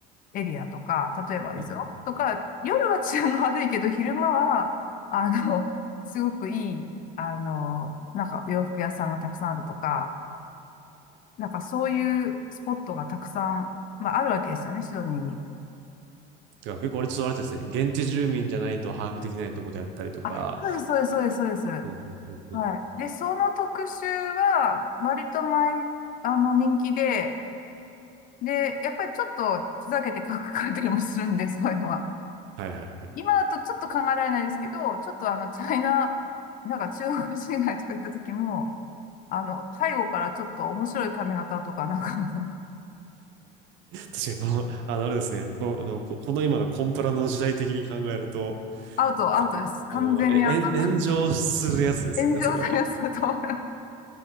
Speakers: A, on the left; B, on the right.
A: エリアとか、例えばですよ、
B: ん
A: とか、夜は治安が悪いけど、昼間は、あの、すごくいい、あの、なんか洋服屋さんがたくさんあるとか、なんかそういうスポットがたくさん、まあ、あるわけですよね、シドニーに。
B: だから結構あれちょっとあれですね。現地住民じゃないと把握できないところであったりとか。
A: あ、そうです、そうです、そうです、そうです。
B: うんうんうんうん
A: はい。で、その特集は、割と前、あの、人気で、で、やっぱりちょっとふざけて書かれたりもするんで、そういうのは。
B: はいはいはい。
A: 今だとちょっと考えられないですけど、ちょっとあの、チャイナ、なんか中国人街とか行った時も、あの、背後からちょっと面白い髪型とか、なんかあの、
B: 確かにこの、あの、あれですね。この、あの、ここの今のコンプラの時代的に考えると、
A: アウト、
B: さあの、
A: アウトです。完全にアウト。
B: え、えん炎上するやつですよね、
A: 炎上されそうと思う。
B: それは。